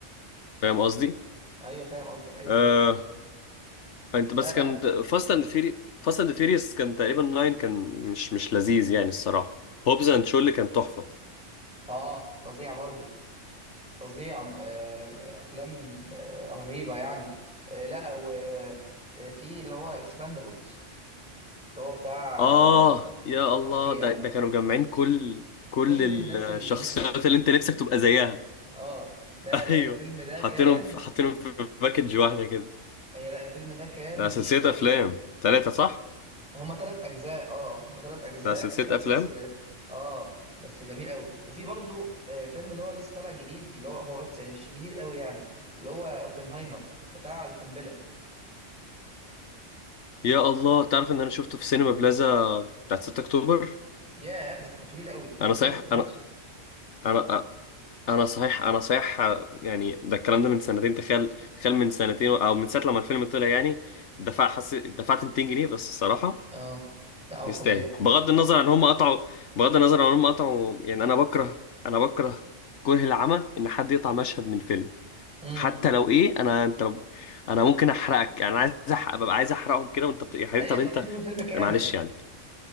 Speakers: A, on the left; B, in the centre.
A: فاهم قصدي؟
B: ايوه فاهم قصدك ايوه
A: آه
B: فاهم
A: انت
B: لا
A: بس
B: لا
A: كان فاست اند فيري فاست اند فيريس كان تقريبا ناين كان مش مش لذيذ يعني الصراحه هوبز اند شو اللي كان تحفه
B: اه آه، فظيع برضو فظيع آه، افلام آه، رهيبه يعني آه، لا وفي اللي هو اكسباندابلز اللي هو بتاع
A: اه
B: آه،
A: يا الله
B: فظيع
A: ده ده كانوا مجمعين كل كل
B: كل الناس
A: الشخصيات
B: الجامده
A: اللي انت نفسك تبقى زيها
B: اه لا
A: <laughs>
B: لا
A: ايوه
B: الفيلم ده
A: حاطينهم
B: كان
A: في- حاطينهم في باكج واحده كده
B: هي لا الفيلم ده كان
A: ده سلسلة
B: مش طبيعي
A: أفلام تلاتة صح؟
B: هما تلات اجزاء اه هما تلات اجزاء
A: ده سلسلة
B: بس
A: أفلام
B: اه بس جميل قوي وفي برضو آه، فيلم اللي هو لسه طالع جديد اللي هو هو بس يعني مش جديد قوي يعني اللي هو اوبنهايمر بتاع القنبله
A: يا الله تعرف إن أنا شفته في سينما بلازا بتاعت 6 أكتوبر
B: ياه بس كان طويل قوي
A: أنا
B: ازاي
A: صحيح
B: استحملت
A: أنا أنا أنا صحيح أنا صحيح يعني ده الكلام ده من سنتين تخيل تخيل من سنتين أو من ساعة لما الفيلم طلع يعني دفع حسيت دفعت 200 جنيه بس الصراحة
B: اه لا هو
A: يستاهل
B: فظيع
A: بغض النظر عن هم قطعوا بغض النظر عن هم قطعوا يعني أنا بكره أنا بكره كره العمى إن حد يقطع مشهد من فيلم
B: امم
A: حتى لو ايه انا انت لو- انا ممكن احرقك يعني انا عايز أحرق ببقى عايز احرقهم كده وانت بت... يا حبيبي
B: ايوه
A: طب
B: انا
A: انت
B: عايز اشوف الفيلم كامل
A: معلش يعني